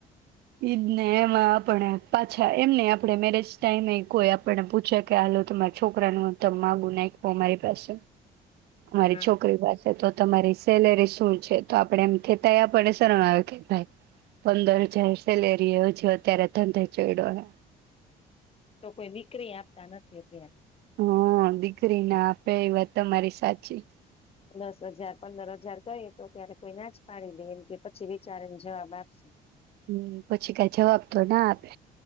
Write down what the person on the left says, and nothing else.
હા
તો કોઈ દીકરી આપતા નથી અત્યારે.
દસ હજાર પંદર હજાર કઈ તો ત્યારે કોઈ ના જ પાડી દેમ કે પછી વિચારેને જવાબ આપીશું.